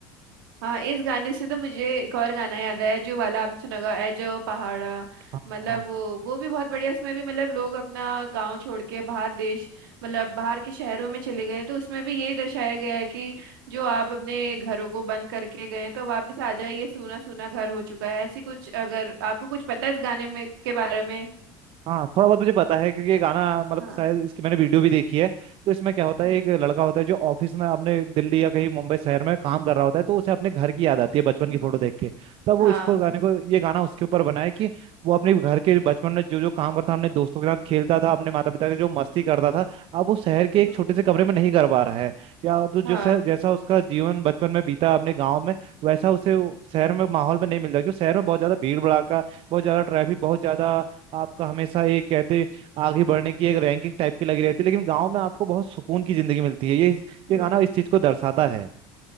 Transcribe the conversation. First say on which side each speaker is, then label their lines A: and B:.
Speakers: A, on the right; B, on the right.
A: हाँ इस गाने से तो मुझे एक और गाना याद आया जो वाला आपने सुना होगा एजो पहाड़ा
B: हाँ
A: मतलब वो वो भी बहुत बढ़िया उसमें भी मतलब लोग अपना गांव छोड़ के बाहर देश मतलब बाहर के शहरों में चले गए हैं, तो उसमें भी यही दर्शाया गया है कि जो आप अपने घरों को बंद करके गए हैं, तो वापस आ जाइए सूना सूना घर हो चुका है ऐसी कुछ अगर आपको कुछ पता है इस गाने में के बारे में
B: हाँ थोड़ा बहुत मुझे पता है क्योंकि ये गाना मतलब
A: हाँ
B: शायद इसकी मैंने वीडियो भी देखी है तो इसमें क्या होता है
A: हम्म
B: एक लड़का होता है जो ऑफिस में अपने दिल्ली या कहीं मुंबई शहर में काम कर रहा होता है तो उसे अपने घर की याद आती है बचपन
A: हम्म
B: की फोटो देख के तब वो
A: हाँ
B: इसको गाने को ये गाना उसके ऊपर बना है कि वो अपने घर के बचपन में जो जो काम करता था अपने दोस्तों के साथ खेलता था अपने माता पिता के जो मस्ती करता था अब वो शहर के
A: हम्म
B: एक छोटे से कमरे में नहीं कर पा रहा है या अब जो
A: हाँ
B: शहर- जैसा उसका जीवन बचपन में बीता अपने गाँव में वैसा उसे वो शहर में माहौल में नहीं मिल रहा क्योंकि शहर में बहुत ज्यादा भीड़ भड़ाका बहुत ज्यादा ट्रैफिक बहुत ज्यादा आपका हमेशा ये कहते आगे बढ़ने की एक रैंकिंग टाइप की लगी रहती है लेकिन गाँव में आपको बहुत सुकून की जिंदगी मिलती है ये
A: हम्म
B: ये गाना इस चीज को दर्शाता है